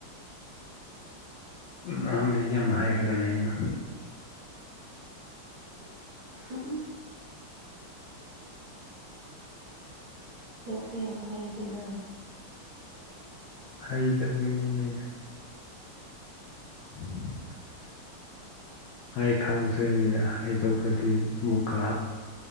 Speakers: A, on the left; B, on the right.
A: ꯅꯪꯗꯤ ꯌꯨꯝ ꯍꯥꯢꯔꯒ ꯂꯩꯅ
B: <unintelligible> ꯅꯪꯁꯨ ꯌꯥꯝ ꯍꯩꯗꯅ
A: ꯍꯩꯇꯕꯩꯅꯤꯅꯦ <unintelligible> ꯑꯩ ꯈꯪꯕꯁꯤ ꯍꯥꯏꯗꯣꯛꯄꯗꯤ ꯑꯃꯨꯛꯀ